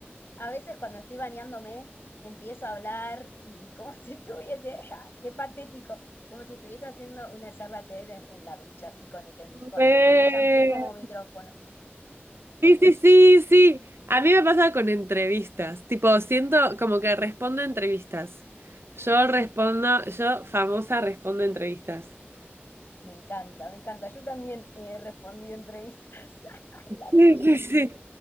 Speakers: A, on the left (about 60°); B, on the right (about 65°).
A: a veces cuando estoy bañándome, empiezo a hablar y como <laughs> si estuviese, <laughs> ¡ah! qué patético, como si estuviese haciendo una charla TED en, en la ducha, así con el, que- con,
B: Re.
A: con el shampoo como micrófono.
B: Sí, sí, sí, sí. A mí me pasa con entrevistas. Tipo, siento como que respondo a entrevistas. Yo respondo, yo famosa respondo a entrevistas. <laughs>
A: Me encanta, me encanta. Yo también he respondido entrevistas <laughs> en la ducha.
B: Sí, sí, sí.